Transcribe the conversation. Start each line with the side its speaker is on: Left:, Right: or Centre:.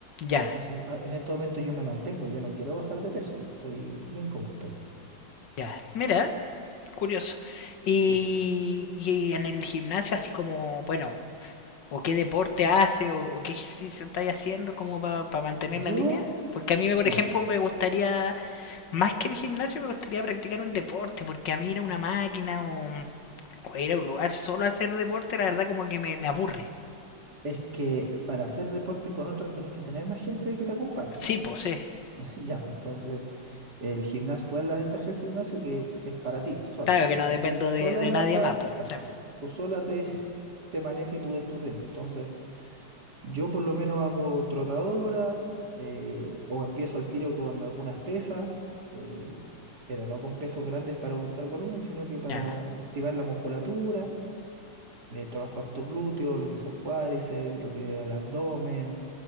Left: ya,
Right: Entonces a- en estos momentos yo me mantengo, yo no quiero bajar de peso, yo estoy bien como estoy.
Left: ya. Mira, curioso. Y,
Right: Sí.
Left: y en el gimnasio, así como, bueno, o qué deporte hace, o, o qué ejercicio estáis haciendo, como para mantener
Right: Yo,
Left: la línea. Porque a mí, me- por
Right: mira,
Left: ejemplo, me gustaría, más que el gimnasio, me gustaría practicar un deporte, porque a mí ir a una máquina o, o ir a un lugar solo a hacer deporte, la verdad, como que me, me aburre.
Right: es que para hacer deporte con otra tenés que tener más gente que te acompañe.
Left: Sí, pues sí.
Right: <laughs> Ya, pues entonces, el gimnasio, ¿cuál es la ventaja del gimnasio? Que es para ti, sola.
Left: Claro que
Right: O sea,
Left: no dependo
Right: tú sola
Left: de, de
Right: vas
Left: nadie
Right: a,
Left: más, pues.
Right: exacto,
Left: sí.
Right: tú sola te, <laughs> te manejas y tú ves tu ritmo. Entonces, yo por lo menos hago trotadora eh, o empiezo el tiro con algunas pesas, eh, pero no con pesos grandes para aumentar volumen, sino que para
Left: Ya.
Right: activar la musculatura de trabajo harto glúteo, lo que son cuádriceps, lo que al abdomen,